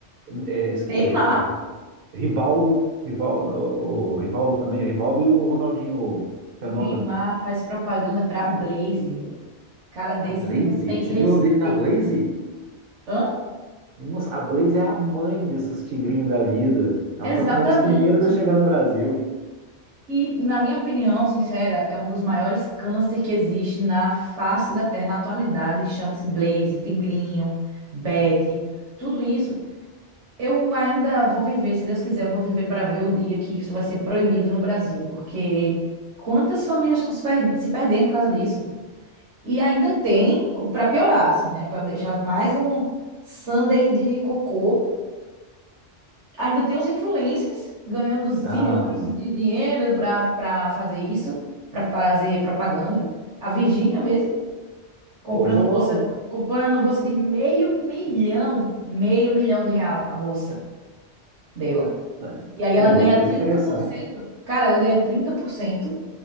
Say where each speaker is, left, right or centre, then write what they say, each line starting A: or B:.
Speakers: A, on the right; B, on the right.
A: é, eh,
B: Neymar.
A: eh, Rivaldo, Rivaldo, o, o Rivaldo também, o Rivaldo e o Ronaldinho Fenômeno.
B: Neymar faz propaganda pra Blaze, velho. Cara desse
A: A Blaze,
B: não tem respeito.
A: você viu o nome dele na Blaze?
B: Hã?
A: Nossa, a Blaze é a mãe desses tigrinhos da vida. Ela
B: Exatamente.
A: foi uma das primeiras a chegar no Brasil.
B: E, na minha opinião, sincera, é um dos maiores câncer que existe na face da Terra na atualidade. Chama-se Blaze, Tigrinho, Betty, tudo isso. Eu ainda vou viver, se Deus quiser, eu vou viver para ver o dia que isso vai ser proibido no Brasil, porque quantas famílias estão se per- se perdendo por causa disso? E ainda tem, para piorar, assim, né? Para deixar mais um Sunday de cocô Ainda tem os influencers ganhando zilhões
A: Ah,
B: de dinheiro para para fazer isso, para fazer propaganda. A Virgínia mesmo comprando
A: horror!
B: bolsa, comprando bolsa de meio milhão, meio milhão de real a bolsa dela.
A: Né,
B: E aí ela
A: né,
B: ganha
A: E uma coisa
B: trinta
A: interessante,
B: por cento, Cara, ela ganha 30%